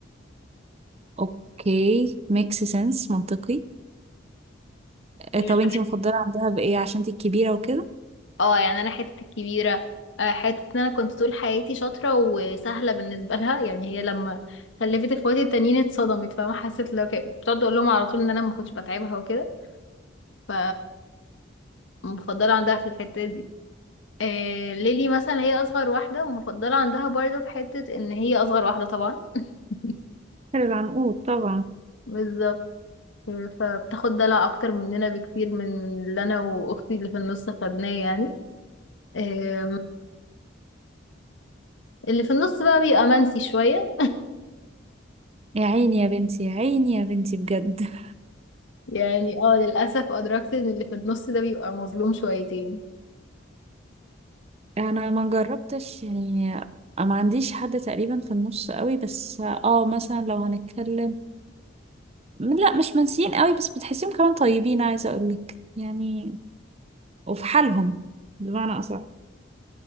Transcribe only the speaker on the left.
يعني
مش بحس
اه يعني انا حته الكبيره آه، حته ان انا كنت طول حياتي شاطره وسهله بالنسبه لها يعني هي لما خلفت اخواتي التانيين اتصدمت فاهمه حسيت لو كده بتقعد اقول لهم على طول ان انا ما كنتش بتعبها وكده ف مفضلة عندها في الحتة دي آه ليلي مثلا هي أصغر واحدة مفضلة عندها برضه في حتة إن هي أصغر واحدة طبعا <laughs>
بالظبط فبتاخد دلع أكتر مننا بكتير من اللي أنا وأختي اللي في النص خدناه يعني آم، اللي في النص بقى بيبقى منسي شوية
يعني اه للأسف أدركت إن اللي في النص ده بيبقى مظلوم شويتين